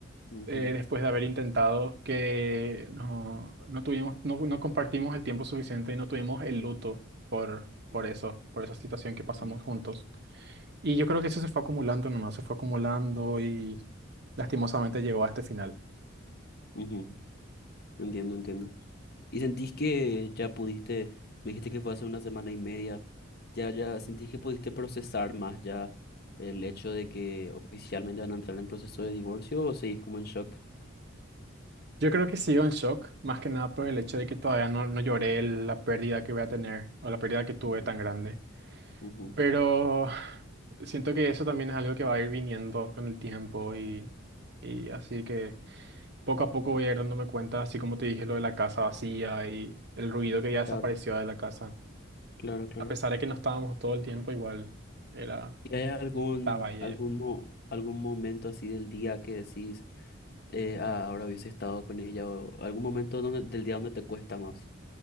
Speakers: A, on the left; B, on the right.
A: Ujú,
B: eh, después de haber intentado que no, no tuvimos, no, no compartimos el tiempo suficiente y no tuvimos el luto por, por eso, por esa situación que pasamos
A: ujú,
B: juntos. Y yo creo que eso se fue acumulando nomás, se fue acumulando y lastimosamente llegó a este final.
A: ujú, Entiendo, entiendo. ¿Y sentís que ya pudiste, me dijiste que fue hace una semana y media, ya, ya sentís que pudiste procesar más ya el hecho de que oficialmente van a entrar en proceso de divorcio o seguís como en shock?
B: Yo creo que sigo en shock, más que nada por el hecho de que todavía no, no lloré la pérdida que voy a tener o la pérdida que tuve
A: Ujú,
B: tan grande.
A: ujú,
B: Pero siento que eso también es algo que va a ir viniendo con el tiempo y, y así que poco a poco voy a ir dándome cuenta, así como te dije lo de la casa vacía y el ruido que ya desapareció
A: Claro,
B: de la casa.
A: claro, claro.
B: A pesar de que no estábamos todo el tiempo, igual era,
A: ¿Y hay algún,
B: estaba ahí
A: algún,
B: ella.
A: mo- algún momento así del día que decís, eh, ah, ahora hubiese estado con ella o algún momento donde- del día donde te cuesta más?